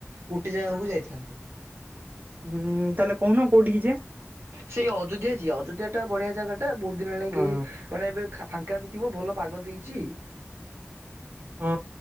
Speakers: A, on the right; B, on the right.
A: ଗୋଟେ ଜାଗାକୁ ଯାଇଥାନ୍ତେ।
B: ହୁଁ ତାହେଲେ କହୁନ କୋଉଠିକି ଯିଆ।
A: ସେଇ ଅଯୋଧ୍ୟା ଯିଆ ଅଯୋଧ୍ୟା ଟା ବଢିଆ ଜାଗାଟା ବହୁତ୍ ଦିନ ହେଲାଣି
B: ହଁ
A: କେହି ମାନେ ଏବେ ଖା ଫାଙ୍କା ବି ଥିବ ଭଲ ପାଗ ଦେଇଚି।
B: ହଁ